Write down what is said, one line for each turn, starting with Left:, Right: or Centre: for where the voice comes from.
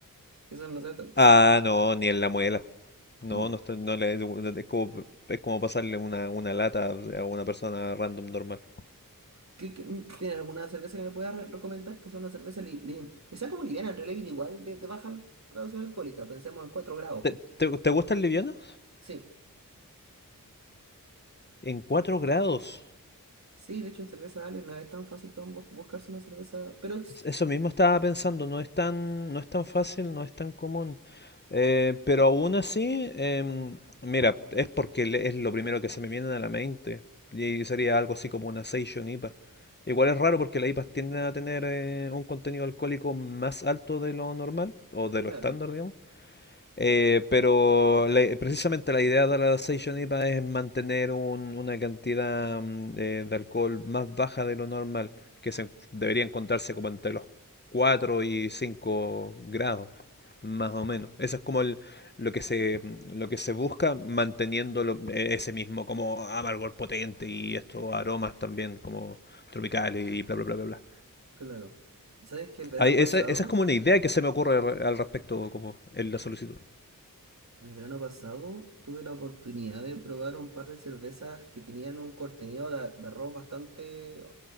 Right: eso no sea tanto.
Left: Ah, no, ni en la muela. No,
Right: Mm.
Left: no, está- no le, no, es como, es como pasarle una, una lata a una persona random normal.
Right: ¿Qué, qué- mm, tiene alguna cerveza que me puedas re- recomendar? Que sea una cerveza li- li- que sea como liviana, en realidad igual de, de baja graduación alcohólica. Pensemos en cuatro grados.
Left: ¿Te, te, te gustan livianas?
Right: Sí,
Left: En 4 grados.
Right: sí, de hecho en cerveza Ale no es tan fácil tan bu- buscarse una cerveza. Pero es-
Left: Es- Eso mismo estaba pensando, no es tan, no es tan fácil, no es tan común. Eh, pero aún así, em, mira, es porque le- es lo primero que se me viene a la mente. Y sería algo así como una Session IPA. Igual es raro porque las IPAs tienden a tener eh, un contenido alcohólico más alto de lo normal, o de
Right: claro,
Left: lo estándar, digamos. Eh, pero la- precisamente la idea de la Session IPA es mantener un- una cantidad mm, eh, de alcohol más baja de lo normal, que se, debería encontrarse como entre los 4 y 5 grados, más o menos. Eso es como el- lo que se, mm, lo que se busca manteniendo lo- e- ese mismo como amargor potente y estos aromas también como tropicales y bla bla bla bla bla.
Right: claro. ¿Sabes que el verano
Left: Ahí-
Right: pasado
Left: esa, esa es como una idea que se me ocurre re- al respecto como en la solicitud.
Right: El verano pasado tuve la oportunidad de probar un par de cervezas que tenían un contenido de, de arroz bastante, en